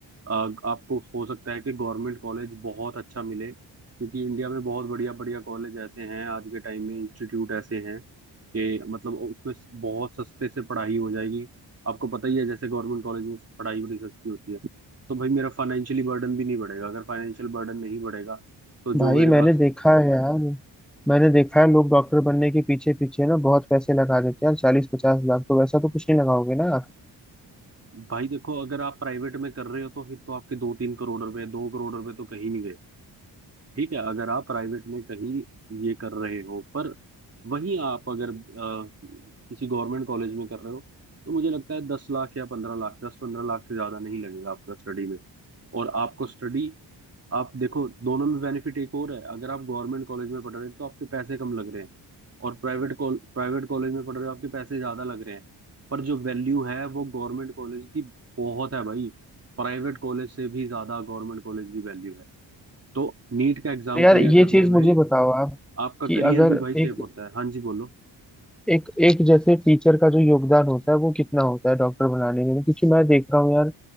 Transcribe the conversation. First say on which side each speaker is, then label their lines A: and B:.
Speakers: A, on the right; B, in the centre.
A: अ, आपको हो सकता है कि गवर्नमेंट कॉलेज बहुत अच्छा मिले क्योंकि इंडिया में बहुत बढ़िया बढ़िया कॉलेज ऐसे हैं आज के टाइम में इंस्टीट्यूट ऐसे हैं कि मतलब उसमें बहुत सस्ते से पढ़ाई हो जाएगी आपको पता ही है जैसे गवर्नमेंट कॉलेज में पढ़ाई बड़ी सस्ती होती है तो भाई मेरा फाइनेंशियली बर्डन भी नहीं बढ़ेगा अगर फाइनेंशियल बर्डन नहीं बढ़ेगा तो जो
B: भाई
A: मेरे
B: मैंने
A: पास
B: देखा है यार मैंने देखा है लोग डॉक्टर बनने के पीछे पीछे ना बहुत पैसे लगा देते हैं यार चालीस पचास लाख तो वैसा तो कुछ नहीं लगाओगे ना आप
A: भाई देखो अगर आप प्राइवेट में कर रहे हो तो फिर तो आपके दो तीन करोड़ रुपए दो करोड़ रुपए तो कहीं नहीं गए ठीक है अगर आप प्राइवेट में कहीं ये कर रहे हो पर वहीं आप अगर अ, किसी गवर्नमेंट कॉलेज में कर रहे हो तो मुझे लगता है दस लाख या पंद्रह लाख दस पंद्रह लाख से ज्यादा नहीं लगेगा आपका स्टडी में और आपको स्टडी आप देखो दोनों में बेनिफिट एक और है अगर आप गवर्नमेंट कॉलेज में पढ़ रहे हैं तो आपके पैसे कम लग रहे हैं और प्राइवेट कॉल प्राइवेट कॉलेज में पढ़ रहे हो आपके पैसे ज्यादा लग रहे हैं पर जो वैल्यू है वो गवर्नमेंट कॉलेज की बहुत है भाई प्राइवेट कॉलेज से भी ज्यादा गवर्नमेंट कॉलेज की वैल्यू है तो नीट का एग्जाम
B: पर यार
A: क्लियर
B: ये
A: करने
B: चीज
A: में
B: मुझे बताओ आप
A: आपका
B: कि
A: करियर
B: अगर
A: भी भाई सेफ
B: एक
A: होता है हाँ जी बोलो
B: एक एक जैसे टीचर का जो योगदान होता है वो कितना होता है डॉक्टर बनाने में क्योंकि मैं देख रहा हूँ यार